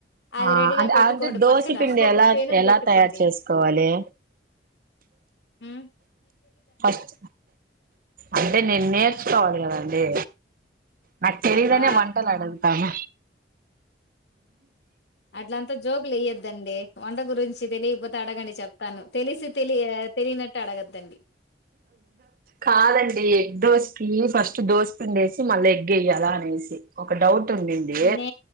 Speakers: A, on the left; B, on the right.
A: అది
B: ఆ
A: రెడీగా
B: అంటే
A: పెట్టుకోడు
B: అంటే దోశ
A: పక్కన
B: పిండి
A: ఒక
B: ఎలా
A: పెేనుం
B: ఎలా
A: పెట్టుకోండి
B: తయారు చేసుకోవాలి
A: హ్
B: ఫస్ట్ అంటే నేను నేర్చుకోవాలి కదండి నాకు తెలియాదనే
A: అబ్బా
B: వంటలు అడుగుతాన్న
A: అట్లంతా జోకులు వేయ్యొద్దండి వంట గురించి తెలియకపోతే అడగండి చెప్తాను తెలిసి తెలి తెలియనట్టు అడగద్దండి.
B: కాదండి ఎగ్ దోసికి ఫస్ట్ దోశపిండేసి మళ్ళీ ఎగ్ ఏయ్యాలా అనీ అనేసి ఒక డౌట్ ఉండింది
A: నే